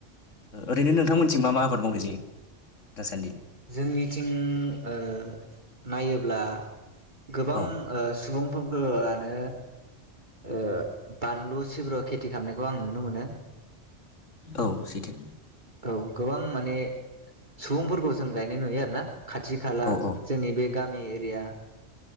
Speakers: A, on the left; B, on the right.
A: ओरैनो नोंथांमोनथि मा मा आ आबाद मावनाय जायो दासान्दिलाय
B: जोंनिथिं ओ नायोब्ला गोबां
A: औ
B: ओ सुबुंफोरानो ओ बानलु सिब्र खेथि खालामनायखौ आं नुनो मोनो।
A: औ सैथो
B: औ गोबां माने सुबुंफोरखौ जों गायनाय नुयो आरो ना खाथि खाला
A: औ
B: जोंनि बे गामि एरिया